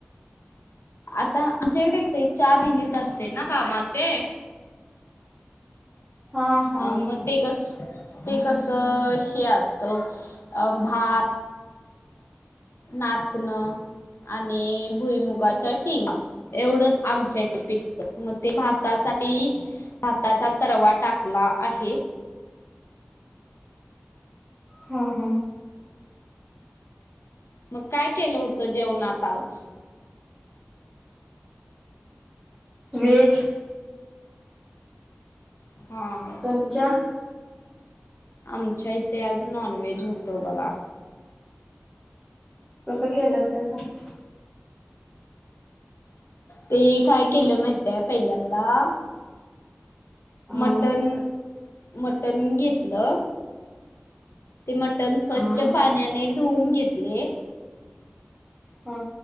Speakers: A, on the left; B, in the centre.
A: आता आमच्या इकडे चार महिन्याच असते ना कामाचे.
B: हा हा
A: अ मग ते कस ते कस श असत अ भात. नाचण आणि आणि भुईमुगाच्या शेंगा एवढंच आमच्या इकडे पिकत मग ते भातासाठी हाताचा तरवा टाकला आहे.
B: हा हा
A: मग काय केलं होतं जेवणात आज
B: वेच
A: हा
B: तुमच्या
A: आमच्या इथे आज नॉन व्हेज होत बघा.
B: तसं केलं होत का?
A: ते काय केलं माहितय पहिल्यांदा
B: सांग
A: मटण मटण घेतलं. ते मटण स्वच्छ
B: हा
A: पाण्याने धुवून घेतले.
B: ह